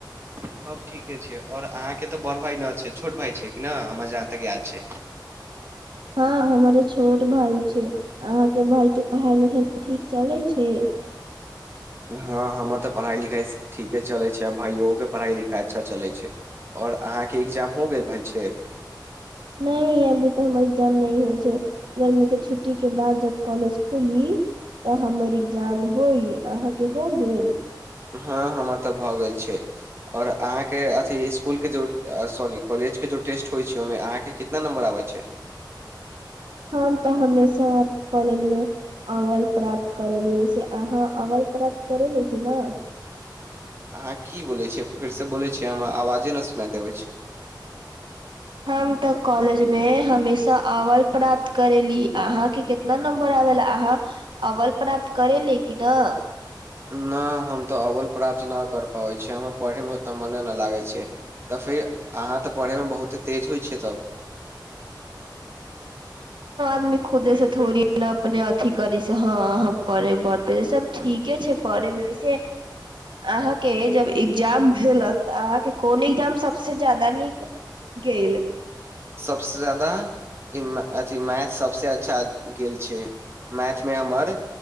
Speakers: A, on the right; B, on the right.
A: सब ठीके छै आओर अहाँ के तऽ बड़ भाय न छै छोट भाय छै कि ने हमर जहाँ तक याद छै से
B: हँ हमर छोट भाय छै अहाँके भाय के पढ़ाइ लिखाइ ठीक चलै छै
A: हँ हमर तऽ पढ़ाइ लिखाइ ठीके चलैत छै आ भाइयोक के पढ़ाइ लिखाइ अच्छा चलै छै आओर अहाँके एग्जाम हो गेल भाय छै
B: नहि अभी तो हमर एग्जाम नहि हो छै गर्मी के छुट्टी के बाद जब कॉलेज खुली तऽ हमर एग्जाम होई अहाँके हो गेल
A: हँ हमर तऽ भऽ गेल छै आओर अहाँके अथी स्कुल के जे सॉरी कॉलेज के जो टेस्ट होइ छै ओहिमे अहाँके कितना नम्बर आबै छै
B: हं तऽ हमेशा कॉलेजमे अव्वल प्राप्त करेली वैसे अहाँ अव्वल प्राप्त करेली कि ने
A: अहाँ की बोलैत छियै फेरसँ बोलैत छियै हमरा आवाजे ने सुनाय देबै छै
B: हम तऽ कॉलेज मे हम हमेशा अब्वल प्राप्त करेली अहा के कितना नंबर आबेला अहाँ अव्वल प्राप्त कर करे ल कि न
A: नहि हम तऽ अब्वल प्राप्त न कर पाबै छीयै हम पढ़यमे ओतेक मने नहि लागै छै तऽ फेर अहाँ तऽ पढ़यमे बहुते तेज होइ छियै तब
B: दी खुदे से थोड़ी ने अपने अथी करी से ह हम पढ़े बढ़तेज ठीके छै पढ़ मे ऐसे अहाँके जब एग्जाम भेलत तऽ अहाँके कोन एग्जाम सबसँ जादा निक गेल
A: सबस जदा अथि मैथ सबसँ अच्छा गेल छै मैथ मे हमर